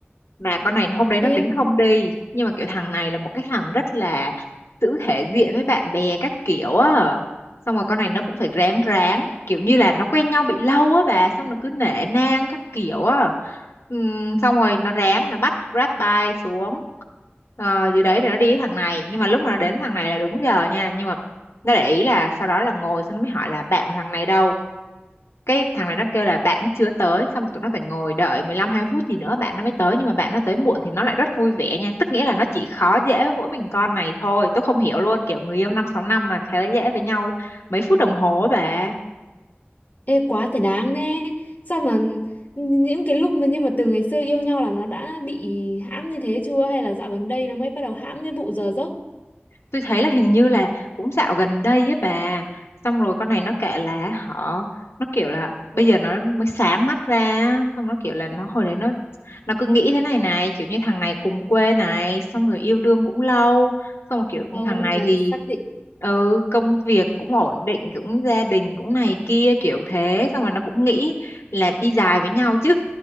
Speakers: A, on the left; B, on the left.
A: mà con này hôm đấy
B: khiêm
A: nó tính không đi. Nhưng mà kiểu thằng này là một cái thằng rất là giữ thể diện với bạn bè các kiểu á. Xong rồi con này nó cũng phải ráng ráng. Kiểu như là nó quen nhau bị lâu á bà. Xong nó cứ nể nang các kiểu á. Ừm, xong rồi nó ráng, nó bắt Grab bike xuống. Ờ, dưới đấy rồi nó đi với thằng này. Nhưng mà lúc mà nó đến với thằng này là đúng giờ nha. Nhưng mà nó để ý là sau đó là ngồi xong nó mới hỏi là bạn của thằng này đâu cái thằng này nó kêu là bạn nó chưa tới xong rồi tụi nó phải ngồi đợi mười lăm hai phút gì nữa bạn nó mới tới nhưng mà bạn nó tới muộn thì nó lại rất vui vẻ nha tức nghĩa là nó chỉ khó dễ với mỗi mình con này thôi tôi không hiểu luôn kiểu người yêu năm sáu năm mà khá dễ với nhau mấy phút đồng hồ á bà
B: Ê quá thể đáng thế Sao mà những cái lúc mà nhưng mà từ ngày xưa yêu nhau là nó đã bị hãm như thế chưa hay là dạo gần đây nó mới bắt đầu hãm cái vụ giờ giấc
A: tôi thấy là hình như là cũng dạo gần đây ấy bà xong rồi con này nó kể là họ nó kiểu là bây giờ nó mới sáng mắt ra á. xong nó kiểu là nó hồi đấy nó nó cứ nghĩ thế này này kiểu như thằng này cùng quê này xong rồi yêu đương cũng lâu xong rồi kiểu
B: đâu
A: thằng
B: nên
A: này
B: là
A: thì
B: xác định
A: ừ công việc cũng ổn định cũng gia đình cũng này kia kiểu thế xong rồi nó cũng nghĩ là đi dài với nhau chứ